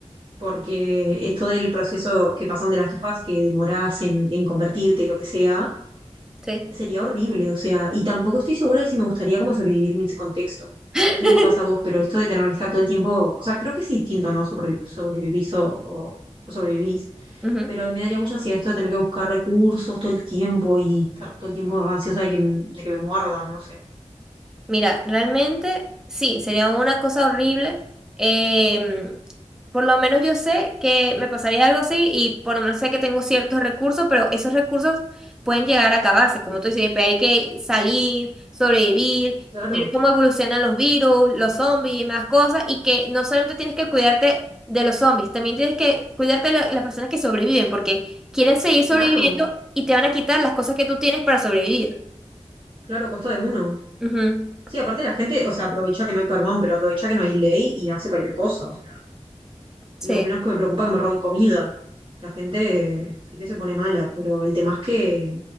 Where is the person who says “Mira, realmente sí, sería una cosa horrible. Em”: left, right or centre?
Centre